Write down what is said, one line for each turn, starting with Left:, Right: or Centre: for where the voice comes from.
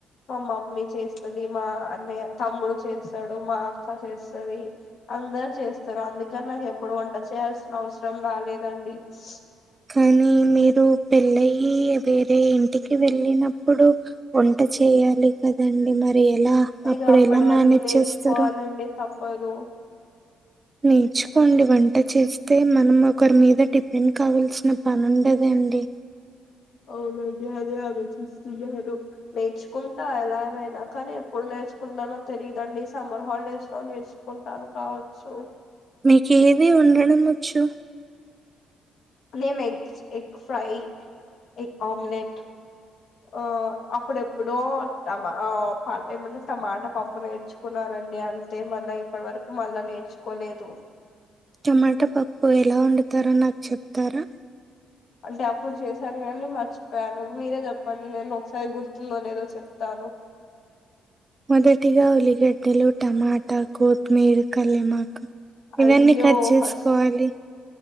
Left: మా మమ్మీ చేస్తుంది మా అన్నయ్య తమ్ముడు చేస్తాడు మా అక్క చేస్తుంది అందరు చేస్తారు అందుకని నాకు ఎప్పుడు వంట చేయాల్సిన అవసరం రాలేదండి డోర్ సౌండ్
Right: కానీ మీరు పెళ్ళయి వేరే ఇంటికి వెళ్ళినప్పుడు వంట చేయాలి కదండి మరి అప్పుడు ఎలా అప్పుడు
Left: ఇక అప్పటి
Right: ఎలా మేనేజ్
Left: వరకు నేర్చుకోవాలండి
Right: చేస్తారు
Left: తప్పదు
Right: నేర్చుకోండి వంట చేస్తే మనం ఒకరి మీద డిపెండ్ కావల్సిన పని ఉండద అండి
Left: అవునండి అదే ఆలోచిస్తున్నారు నేర్చుకుంటా ఎలానైనా కానీ ఎప్పుడు నేర్చుకుంటునో తెలియదండి సమ్మర్ హాలిడేస్ లో నేర్చుకుంటాను కావచ్చు
Right: మీకే మేము ఉండడము ఉండొచ్చు
Left: నేను egg egg fry egg omelette ఆ అప్పుడ ఎప్పుడో టమా ఏమంటే టమాటా పప్పు నేర్చుకున్నానండి అంతే మళ్ళీ ఇప్పటి వరకు మళ్ళా నేర్చుకోలేదు
Right: టమాటా పప్పు ఎలా వండుతారో నాకు చెప్తారా
Left: అంటే అప్పుడు చేశాను కదండి మర్చిపోయాను మీరే చెప్పండి నేను ఒకసారి గుర్తుందో లేదో చెప్తాను
Right: మొదటిగా ఉలిగడ్డలు టమాటా కొత్మీర కల్లెమకు ఇవన్నీ
Left: అయ్యో
Right: కట్ చేసుకోవాలి
Left: ఫస్ట్